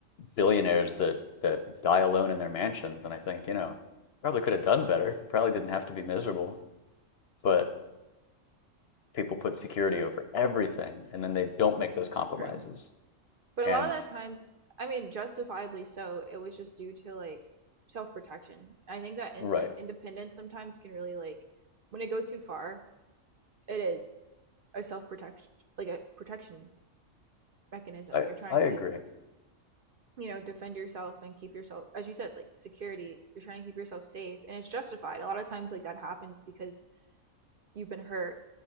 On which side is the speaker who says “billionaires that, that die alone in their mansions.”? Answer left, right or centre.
Left